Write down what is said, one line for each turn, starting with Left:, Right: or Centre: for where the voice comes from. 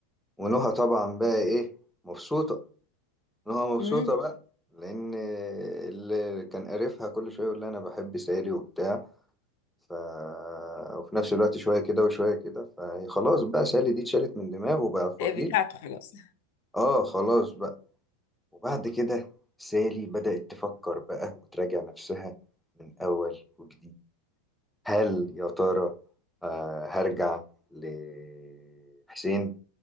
Centre: ونهى طبعا بقى ايه مبسوطة نهى مبسوطة
Left: مم.
Centre: بقى لأن آه، اللي كان قرفها كل شوية يقول لها أنا بحب سالي وبتاع ف... وفي نفس الوقت شوية كده وشوية كده فهي خلاص بقى سالي دي اتشالت من دماغه وبقى فضيل
Left: بتاعته خلاص
Centre: اه خلاص بقى وبعد كده سالي بدأت تفكر بقى وتراجع نفسها من أول وجديد هل يا ترى آه، هرجع لحسين